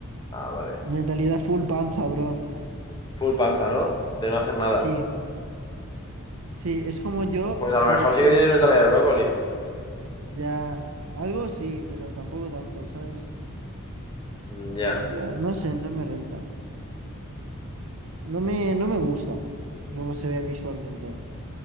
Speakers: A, on the left; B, on the right.
A: Ah, vale.
B: Mentalidad full panza, bro.
A: Full panza, ¿no? De no hacer nada.
B: Sí, sí, es como yo,
A: Pues a lo
B: pero
A: mejor
B: sí.
A: sí que tienes mentalidad de brócoli.
B: Ya, algo sí, pero tampoco tanto, ¿sabes?
A: Mm, Ya.
B: Pero yo, no sé, no me renta. No me, no me gusta cómo se ve visualmente.